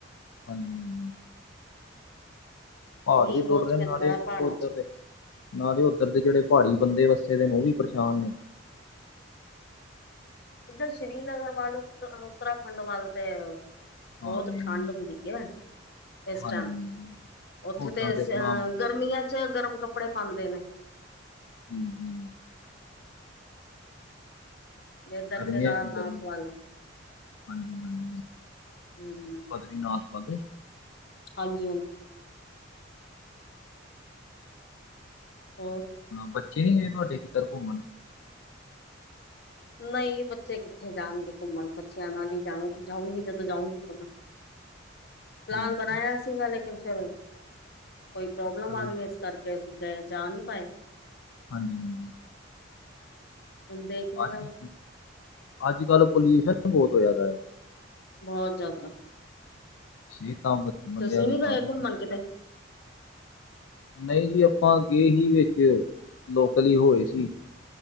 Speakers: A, on the left (about 80°); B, on the left (about 55°).
A: ਹਾਂਜੀ ਪਹਾੜ
B: ਮੀਂਹ
A: ਵੀ ਟੁੱਟ
B: ਬਹੁਤ
A: ਰਹੇ,
B: ਪੈਂਦਾ
A: ਨਾਲੇ
B: ਹੈ ਪਹਾੜਾਂ
A: ਉੱਧਰ
B: ਚ
A: ਦੇ ਨਾਲੇ ਉੱਧਰ ਦੇ ਜਿਹੜੇ ਪਹਾੜੀ ਬੰਦੇ ਵਸੇ ਜੇੜੇ, ਔ ਵੀ ਪਰੇਸ਼ਾਨ ਨੇ
B: ਇੱਧਰ ਸ਼੍ਰੀਨਗਰ ਵੱਲ, ਉੱਤਰਾਖੰਡ ਵੱਲ ਤੇ
A: ਹਾਂਜੀ
B: ਬਹੁਤ ਠੰਡ ਹੁੰਦੀ ਹੈ ਇਸ
A: ਹਾਂਜੀ
B: ਟਾਈਮ, ਔਥੇ
A: ਉੱਧਰ
B: ਤੇ ਅਹ
A: ਆਪਣਾ
B: ਗਰਮੀਆਂ ਚ ਗਰਮ ਕੱ ਕੱਪੜੇ ਪਾਉਦੇ ਨੇ
A: ਹੂ ਹੂ
B: ਜਿੱਦਾਂ
A: ਗਰਮੀ
B: ਕੇਦਾਰਨਾਥ
A: ਹੈ ਕੀ ਗਰਮ,
B: ਵੱਲ
A: ਹਾਂਜੀ ਹਾਂਜੀ
B: ਹਮ
A: ਬਦਰੀਨਾਥ ਵਾਧੇ
B: ਹਾਂਜੀ ਹਾਂਜੀ ਹੋਰ
A: ਬੱਚੇ ਨੀ ਗਏ ਤੁਹਾਡੇ, ਕਿਧਰ ਘੁੰਮਣ
B: ਨਹੀਂ ਬੱਚੇ ਕਿੱਥੇ ਜਾਣਗੇ ਘੁੰਮਣ, ਬੱਚਿਆਂ ਨਾਲ ਹੀ ਜਾਊ ਜਾਊਂਗੀ ਜਦੋਂ ਜਾਊਗੀ ਤਾਂ ਮੈਂ ਪਲਾਨ
A: ਠੀਕ
B: ਬਣਾਇਆ ਸੀਗਾ, ਲੇਕਿਨ ਫਿਰ ਕੋਈ ਪ੍ਰੋਬਲਮ
A: ਤੇ
B: ਆ ਗਈ, ਇਸ ਕਰਕੇ ਅਸੀਂ ਗਏ ਜਾ ਨਹੀਂ ਪਾਏ
A: ਹਾਂਜੀ ਹਾਂਜੀ
B: ਹੁਣ ਦੇਖਦੇ
A: ਅੱ
B: ਹਾਂ
A: ਅੱਜ ਕੱਲ ਪੋਲਿਊਸ਼ਨ ਬਹੁਤ ਹੋਆ ਦਾ ਐ
B: ਬਹੁਤ ਜ਼ਿਆਦਾ
A: ਸਿਹਤਾਂ ਬੰਦਿਆਂ
B: ਤੁਸੀਂ
A: ਦੀ
B: ਨੀ ਗਏ
A: ਮਾੜੀ
B: ਘੁੰਮਣ ਕਿਤੇ
A: ਨਹੀਂ ਜੀ ਆਪਾਂ ਗਏ ਹੀ ਵਿੱਚ, ਲੋਕਲ ਹੋ ਆਏ ਸੀ।